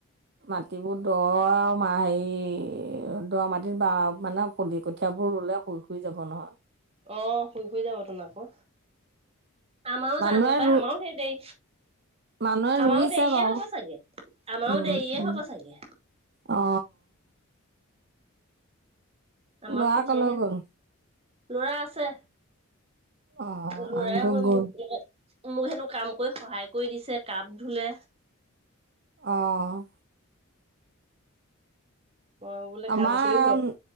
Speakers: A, on the right (about 50°); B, on the right (about 25°).
A: মাটিবোৰ দ হেৰি দৰা মাটিত বা মানে ফুলি কঠিয়াবোৰ ৰুলে শুই শুই যাব নহয়
B: অ শুই শুই যাব ত ন আকৌ আমাও
A: মানুহে
B: যাম ৰ পা
A: ৰু
B: আমাও সেই দেই
A: মানুহে
B: আমাৰো
A: ৰুইছে
B: দেৰিয়ে
A: বাৰু
B: হ'ব চাগে আমাৰো
A: উম
B: দেৰিয়ে
A: উম
B: হ'ব চাগে
A: অ
B: আমাৰও
A: লৰা
B: কঠিয়া
A: কলৈ
B: হে
A: গ'ল
B: লৰা আছে
A: অ
B: লৰাই
A: মানুহটো
B: হৈ
A: গ'ল
B: মোক মোক হেনো কাম কৰি সহায় কৰি দিছে কাপ ধুলে
A: অ!
B: মই বোলে
A: আমাৰ
B: কাম কৰি হ